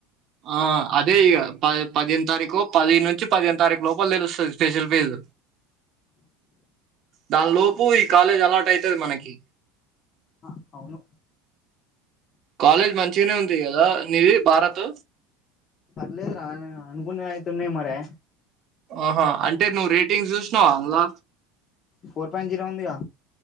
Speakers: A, on the right; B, on the left.
A: ఆ అదే ఇగ పది పదియేను తారీకో పదియేను నున్ నుంచి పదిహేను తారీక్ లోపల తెలుస్తది. స్పెషల్ ఫెజ్ దానిలోపు ఈ కాలేజ్ అలర్ట్ అయితది. మనకి
B: ఆ అవును.
A: కాలేజ్ మంచిగనే ఉంది గదా నీది భారత్
B: లేదు రా అనుకునేయి అయితున్నాయి. మరే
A: ఆహా అంటే నువ్వు రేటింగ్స్ జూశినవా అంలా!
B: ఫోర్ పాయింట్ జీరో ఉందిగా